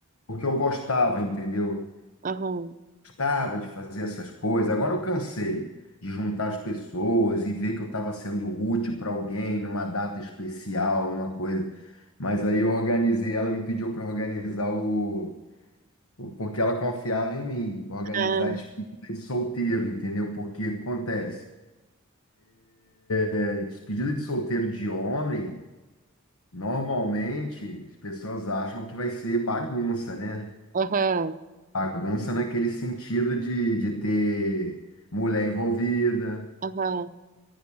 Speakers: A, on the left; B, on the right.
A: porque eu gostava, entendeu?
B: aham.
A: Gostava de fazer essas coisas. Agora eu cansei de juntar as pessoas e ver que eu estava sendo útil para alguém numa data especial, numa coisa. Mas aí eu organizei, ela me pediu para organizar o Porque ela confiava em mim, organizar
B: Ah,
A: despedida de solteiro, entendeu? Porque acontece, é, despedida de solteiro de homem, normalmente as pessoas acham que vai ser bagunça, né?
B: Aham,
A: Bagunça naquele sentido de, de ter mulher envolvida,
B: aham,